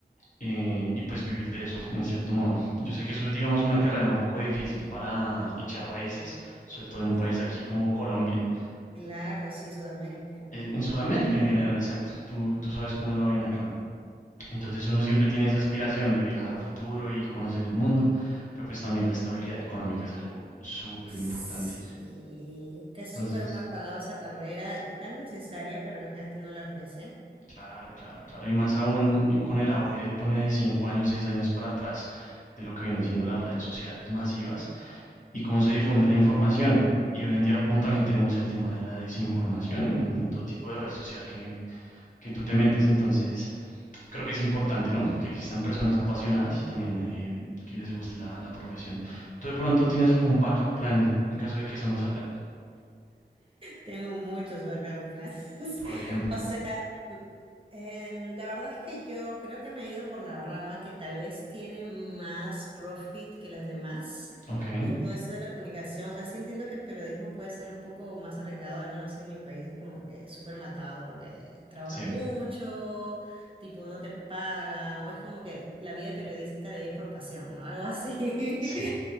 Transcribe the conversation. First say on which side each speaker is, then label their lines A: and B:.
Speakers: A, on the left; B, on the right.
A: eh, y pues vivir de eso, en cierto modo. Yo sé que eso es, digamos, una carrera un poco difícil para echar raíces, sobre todo en
B: ujú.
A: un país aquí como Colombia.
B: Claro, sí, Sudamérica.
A: Eh, en Sudamérica en general, exacto. Tú, tú sabes cómo es la vaina acá. Entonces uno siempre tiene esa aspiración de viajar a futuro y conocer el mundo, pero pues también la estabilidad económica es algo súper
B: Sí,
A: importante.
B: que es
A: Entonces,
B: súper mal pagada esa carrera y tan necesaria, pero la gente no la aprecia.
A: claro, claro, claro. Y más aún eh, con el auge de pone de 5 años, 6 años para atrás de lo que vienen siendo las redes sociales masivas y cómo se difunde la información. Y hoy en día como también tenemos el tema de la desinformación en, en todo tipo de red social que, que tú te metas, entonces creo que es importante, ¿no? Que existan personas apasionadas y también eh, que les guste la, la profesión. ¿Tú de pronto tienes algún backup plan en caso de que eso no salga?
B: Tengo muchos backup plans. <laughs>
A: Por ejemplo.
B: O sea, em, la verdad es que yo creo que me he ido por la rama que tal vez tiene más profit que las demás
A: Ok,
B: en todo esto de la comunicación. O sea, sí entiendo que periodismo puede ser un poco más arriesgado, al menos en mi país es como que súper matado porque trabajas
A: sí,
B: mucho, tipo no te pagan, o es como que la vida de periodista la vives por pasión, ¿no? Algo así.
A: sí,
B: <laughs>